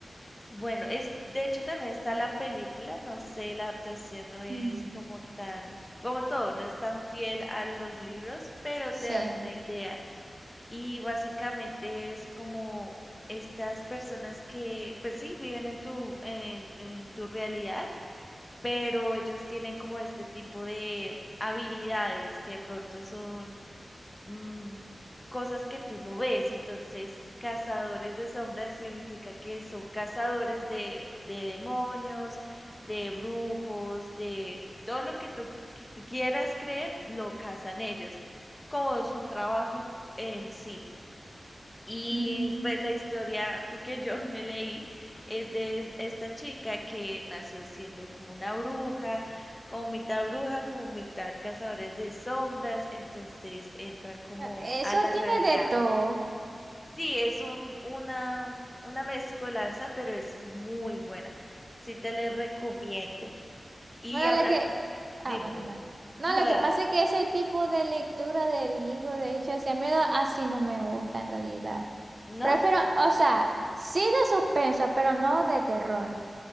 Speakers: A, on the left (about 20°); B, on the right (about 55°).
A: Bueno, es, de hecho también está la película, no sé, la adaptación no es
B: Mm,
A: como tan, como todo, no es tan fiel a los libros, pero
B: sí.
A: te das una idea. Y básicamente es como estas personas que, pues sí, viven en tu, en, en tu realidad, pero ellos tienen como este tipo de habilidades que de pronto son mm, cosas que tú no ves. Entonces, cazadores de sombras significa que son cazadores de, de demonios, de brujos, de todo lo que tú, qui- tú quieras creer, lo cazan ellos, como su trabajo en sí. Y
B: Mm,
A: pues la historia porque yo <laughs> me leí es de es- esta chica que nació siendo como una bruja, como mitad bruja, como mitad cazadores de sombras, entonces entra como
B: e, eso
A: a la
B: tiene
A: realidad.
B: de todo.
A: Sí, es un, una, una mezcolanza, pero es muy buena. Sí te la recomiendo. Y
B: Bueno,
A: a-
B: la
A: a-
B: que...
A: dime,
B: Ah, bueno,
A: dime.
B: está. No,
A: No,
B: lo
A: Dan,
B: que pasa es que ese tipo de lectura del libro, de hecho, ese miedo así no me gusta en realidad.
A: ¿no?
B: Prefiero, o sea, sí de suspenso, pero no de terror.